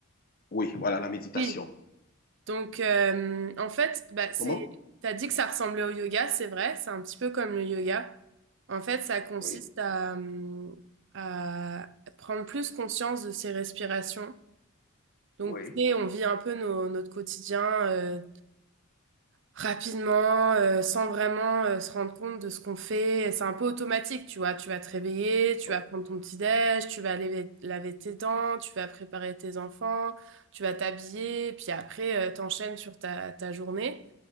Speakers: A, on the left; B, on the right.
A: Oui, voilà, la méditation.
B: Oui. Donc, euh, en fait, bah, c'est,
A: Comment?
B: t'as dit que ça ressemblait au yoga, c'est vrai, c'est un petit peu comme le yoga. En fait, ça consiste
A: Oui,
B: à, hum, à prendre plus conscience de ses respirations. Donc,
A: oui,
B: tu sais, on vit un peu nos- notre quotidien, euh, rapidement, euh, sans vraiment euh, se rendre compte de ce qu'on fait. C'est un peu automatique, tu vois. Tu vas te réveiller, tu
A: Oui,
B: vas prendre ton petit-déj, tu vas laver, laver tes dents, tu vas préparer tes enfants, tu vas t'habiller, puis après, euh, t'enchaînes sur ta, ta journée.